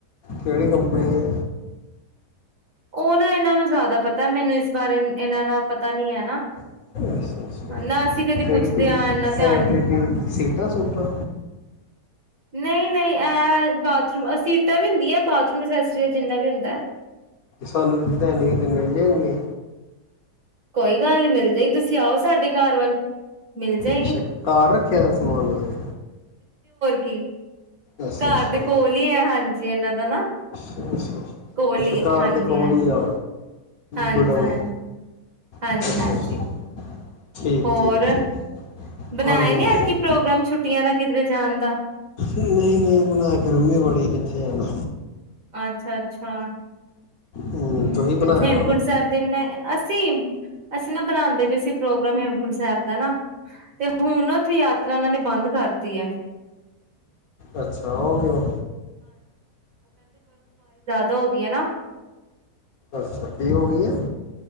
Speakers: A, on the left; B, on the right.
A: ਕਿਹੜੀ ਕੰਪਨੀ ਹੈ?
B: ਉਹ ਨਾ ਇਹਨਾਂ ਨੂੰ ਜ਼ਿਆਦਾ ਪਤਾ ਏ, ਮੈਨੂੰ ਇਸ ਬਾਰੇ ਇਨਾਂ ਨਾ ਪਤਾ ਨੀ ਹੈ ਨਾ
A: ਅੱਛਾ-ਅੱਛਾ
B: ਨਾ ਅਸੀਂ ਕਦੀ ਪੁੱਛਦੇ
A: ਕਿਹੜੀ ਤੇ
B: ਹਾਂ
A: <unintelligible>
B: ਇੰਨਾ ਧਿਆਨ ਨੀ
A: ਕੀ ਸੀਟਾਂ ਸੂਟਾਂ
B: ਨਹੀਂ-ਨਹੀਂ, ਇਹ ਬਾਥਰੂਮ, ਸੀਟਾਂ ਵੀ ਹੁੰਦੀਆਂ, ਬਾਥਰੂਮ ਐਸੇਸਰੀ ਜਿੰਨਾ ਵੀ ਹੁੰਦਾ ਏ।
A: ਸਾਨੂੰ ਦਾ <unintelligible> ਮਿਲ ਜਾਏ। ਮੰਗੇ।
B: ਕੋਈ ਗੱਲ ਨਹੀਂ, ਮਿਲ ਜਾਏਗੀ, ਤੁਸੀਂ ਆਓ ਸਾਡੇ ਘਰ ਵੱਲ। ਮਿਲ ਜਾਏਗੀ
A: ਅੱਛਾ, ਘਰ ਰੱਖਿਆ ਦਾ ਸਮਾਨ ਤੁਸੀਂ?
B: ਠੀਕ।
A: ਅੱਛਾ
B: ਘਰ
A: ਅੱਛਾ
B: ਦੇ ਕੋਲ ਹੀ ਹੈ ਹਾਂਜੀ। ਜੀ ਇਨ੍ਹਾਂ ਦਾ ਨਾ।
A: ਅਛ ਅੱਛਾ,
B: ਕੋਲ
A: ਅੱਛਾ
B: ਹੀ ਹੈ
A: ਘਰ
B: ਹਾਂਜੀ
A: ਦੇ ਕੋਲ
B: ਹਾਂਜੀ
A: ਹੀ ਆ।
B: ਹਾਂਜੀ
A: ਗੋਡਾਊਨ
B: ਹਾਂ। ਹਾਂਜੀ-ਹਾਂਜੀ।
A: ਅੱਛਾ ਅੱਛਾ ਠੀਕ
B: ਹੋਰ?
A: ਠੀਕ ਠੀਕ
B: ਬਣਾਇਆ
A: ਹਾਂਜੀ
B: ਨੀ
A: ਹਾਂਜੀ
B: ਐਰਕੀ ਪ੍ਰੋਗਰਾਮ ਛੁੱਟੀਆਂ ਦਾ ਕਿਧਰੇ ਜਾਣ ਦਾ?
A: ਨਹੀਂ, ਨਹੀਂ ਬਣਾਇਆ ਗਰਮੀ ਬੜੀ, ਕਿੱਥੇ ਜਾਣਾ?
B: ਅੱਛਾ-ਅੱਛਾ।
A: ਹੂੰ
B: ਹਮ
A: ਤੁਸੀਂ ਬਣਾਇਆ
B: ਹੇਮਕੁੰਟ
A: ਹੋਣਾ
B: ਸਾਹਿਬ ਦੇ ਬਣਾਇਆ। ਅਸੀਂ, ਅਸੀਂ ਨਾ ਬਣਾਉਂਦੇ ਬਏ ਸੀ ਪ੍ਰੋਗਰਾਮ ਹੇਮਕੁੰਟ ਸਾਹਿਬ ਦਾ ਨਾ, ਤੇ ਹੁਣ ਉੱਥੇ ਯਾਤਰਾ ਉਹਨਾਂ ਨੇ ਬੰਦ ਕਰਤੀ ਹੈ।
A: ਅੱਛਾ ਓ ਕਿਓ?
B: ਦੌ ਹੋ ਗਈਆਂ ਨਾ
A: ਅੱਛਾ ਕੀ ਹੋ ਗਈ ਏ? <inaudible>